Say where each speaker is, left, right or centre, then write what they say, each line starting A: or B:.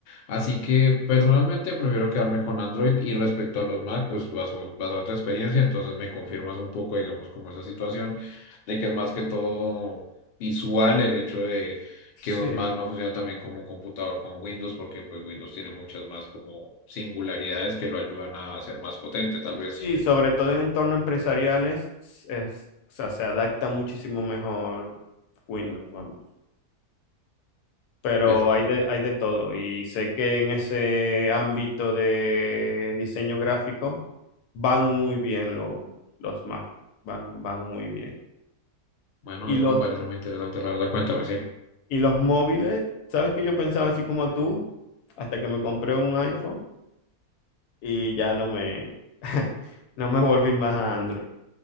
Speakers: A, on the left; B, on the left.
A: Así que personalmente prefiero quedarme con Android y respecto a los Mac, pues baso, basado en tu experiencia, entonces me confirmas un poco, digamos, como esa situación de que es más que todo visual el hecho de
B: Sí.
A: que un Mac no funciona también como un computador con Windows, porque pues Windows tiene muchas más como singularidades que lo ayudan a ser más potente, tal vez.
B: Sí, sobre todo en entornos empresariales, es, o sea, se adapta muchísimo mejor Windows, vamos. pero
A: Pues
B: hay de, hay de todo. Y sé que en ese ámbito de diseño gráfico van muy bien los, los Mac, van, van muy bien.
A: bueno,
B: Y
A: eso
B: los,
A: me parece muy interesante, la verdad, cuéntame, sí.
B: y los móviles, ¿sabes que yo pensaba así como tú? Hasta que me compré un iPhone y ya no me, <laughs> no me volví más a Android.